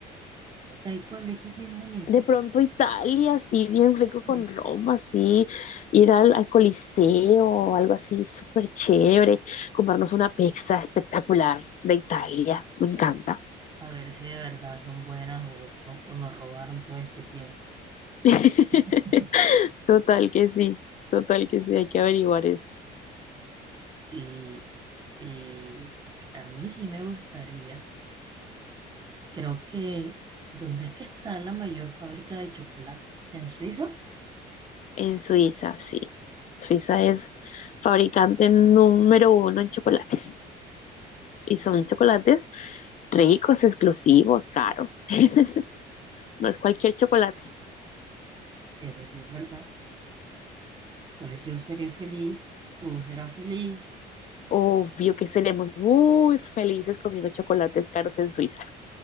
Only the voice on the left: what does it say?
De pronto Italia, así bien rico
con Roma, así ir al, al Coliseo, algo así súper chévere, comprarnos una pizza espectacular de Italia, me encanta.
<laughs>
Total que sí, total que sí, hay que averiguar eso.
En Suiza, sí. Suiza es fabricante número uno en chocolates y son chocolates ricos, exclusivos, caros. <laughs> No es cualquier chocolate.
Obvio que seremos muy felices comiendo chocolates caros en Suiza.